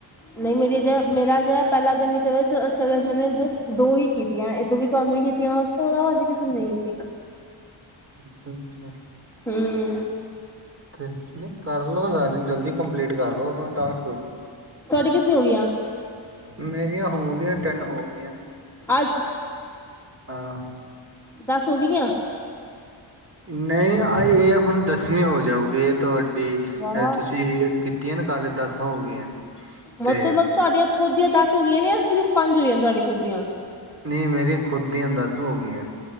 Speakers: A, in the centre; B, on the right (about 30°).
A: ਨਹੀਂ ਮੇਰੀ ਜ ਮੇਰਾ ਜਿਹਾ ਪਹਿਲਾ ਦਿਨ ਹੀ <unintelligible> ਜਸਟ ਦੋ ਹੀ ਕੀਤੀਆਂ ਇਹ ਦੋ ਹੀ ਤੁਹਾਨੂੰ ਹੀ ਕੀਤੀਆਂ ਉਸ ਤੋਂ ਇਲਾਵਾ ਅਜੇ ਕਿਸੇ ਨੂੰ ਨੀ ਕੀਤੀਆਂ
B: ਅੱਛਾ-ਅੱਛਾ
A: ਹੂੰ
B: ਤੇ ਨਹੀਂ ਕਰਲੋ ਸਾਰੀਆਂ ਨੂੰ ਜਲਦੀ ਕੰਪਲੀਟ ਕਰ ਲੋ ਆਪਣਾ ਟਾਸਕ
A: ਤੁਹਾਡੀ ਕਿਤਨੀ ਹੋ ਗਈਆਂ
B: ਮੇਰੀਆਂ ਹੋ ਗਈਆਂ ਤਿੰਨ ਹੋ ਗਈਆਂ
A: ਅੱਜ
B: ਹਾਂ
A: ਦੱਸ ਹੋ ਗਈਆਂ?
B: ਨਹੀਂ ਆਈ ਏ ਹੁਣ ਦਸਵੀਂ ਹੋ ਜਾਊਗੀ ਏ ਤੁਹਾਡੀ ਡੀ
A: ਵਾਹ
B: ਅ ਤੁਸੀਂ ਕੀਤੀਆਂ ਨੇ ਕਾਲ ਦਸ ਹੋ ਗਈਆਂ ਤੇ
A: ਮਤਲਬ ਮਗ ਤੁਹਾਡੀਆਂ ਖੁਦ ਦੀਆਂ ਦੱਸ ਹੋ ਗਈਆਂ ਨੇ ਸਿਰਫ਼ ਪੰਜ ਹੋਈਆਂ ਤੁਹਾਡੇ ਖੁਦ ਦੀਆਂ
B: ਨਹੀਂ ਮੇਰੀਆਂ ਖੁਦ ਦੀਆਂ ਦਸ ਹੋ ਗਈਆਂ